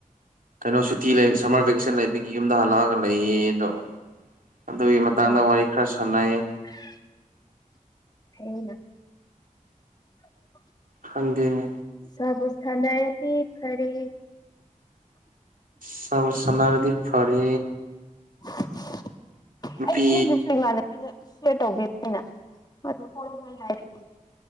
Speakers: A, on the right; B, on the left.
A: ꯀꯩꯅꯣ ꯁꯨꯇꯤ ꯂꯩ ꯁꯝꯃꯔ ꯚꯦꯀꯦꯁꯟ ꯂꯩꯕꯒꯤ ꯌꯨꯝꯗ ꯍꯜꯂꯛꯑꯒ ꯂꯩꯌꯦ ꯑꯗꯣ ꯑꯗꯨꯒꯤ ꯃꯇꯥꯡꯗ
B: ꯑꯣ
A: ꯋꯥꯔꯤ ꯈꯔ ꯁꯥꯟꯅꯩ
B: <unintelligible> <unintelligible>
A: ꯈꯪꯗꯦꯅꯦ
B: ꯁꯥꯕꯨ ꯁꯥꯟꯅꯔꯗꯤ ꯐꯔꯦ
A: ꯁꯥꯕꯨ ꯁꯅꯔꯗꯤ ꯐꯔꯦ
B: <unintelligible>
A: ꯅꯨꯄꯤ
B: ꯑꯩ ꯑꯩꯅꯁꯨ ꯏꯃꯥꯟꯅꯕꯤꯗ ꯁꯤꯌꯔ ꯇꯧꯕꯤꯕꯅꯤꯅ ꯃꯣꯏꯗꯣ ꯍꯣꯏ ꯍꯣꯏ ꯍꯥꯏꯔꯛꯑꯦ